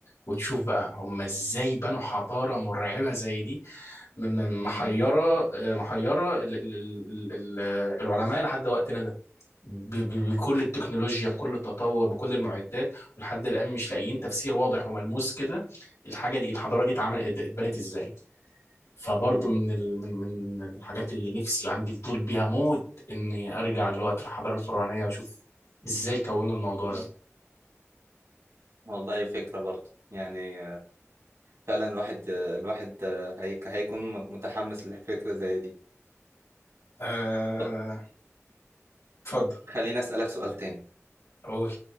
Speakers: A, on the left (about 80°); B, on the right (about 75°).
A: وتشوف بقى هم ازاي بنوا حضاره مرعبه زي دي من من
B: امم
A: محيره آه، محيره ال ال ال ال العلماء لحد وقتنا ده ب- ب- بكل التكنولوجيا بكل التطور بكل المعدات ولحد الان مش لاقيين تفسير واضح وملموس كده الحاجه دي الحضاره دي اتعملت اتبنت ازاي فبرضه
B: امم
A: من ال... من من الحاجات اللي نفسي وعندي فضول بيها موت اني ارجع لوقت الحضاره الفرعونيه واشوف ازاي كونوا الموضوع ده
B: والله فكرة برضه يعني فعلا الواحد الواحد هي- هيكون متحمس لفكرة زي دي
A: آه،
B: طب
A: اتفضل
B: خليني أسألك سؤال تاني
A: قول